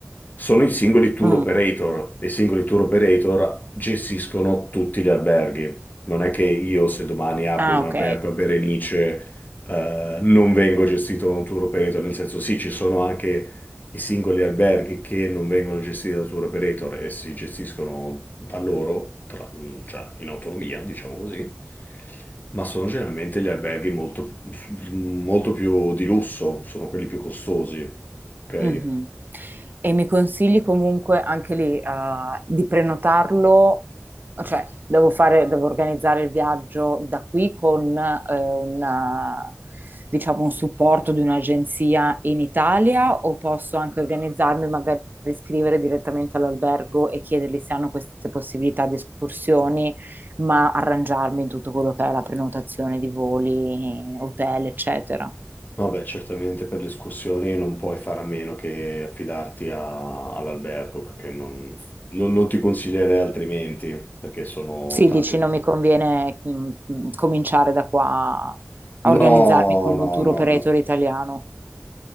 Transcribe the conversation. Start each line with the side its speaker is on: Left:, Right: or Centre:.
Left: Sono i singoli tour
Right: Mm.
Left: operator e i singoli tour operator gestiscono tutti gli alberghi. Non è che io, se domani apro
Right: Ah,
Left: un
Right: ok.
Left: albergo a Berenice, eh, non vengo gestito da un tour operator, nel senso sì, ci sono anche i singoli alberghi che non vengono gestiti da tour operator e si gestiscono da loro, tra- cioè in autonomia, diciamo così, ma sono generalmente gli alberghi molto molto più di lusso, sono quelli più costosi, ok?
Right: Mhm. E mi consigli comunque anche lì, eh, di prenotarlo, cioè devo fare, devo organizzare il viaggio da qui con eh, un, eh, diciamo, un supporto di un'agenzia in Italia o posso anche organizzarmi magari iscrivere direttamente all'albergo e chiedergli se hanno queste possibilità di escursioni, ma arrangiarmi in tutto quello che è la prenotazione di voli, hotel, eccetera.
Left: No, beh, certamente per le escursioni non puoi fare a meno che affidarti a- all'albergo, perché non, non- non ti consiglierei altrimenti, perché sono
Right: Sì,
Left: tante...
Right: dici, non mi conviene mm, mm, cominciare da qua a organizzarmi
Left: No,
Right: con un
Left: no,
Right: tour operator
Left: no, no.
Right: italiano.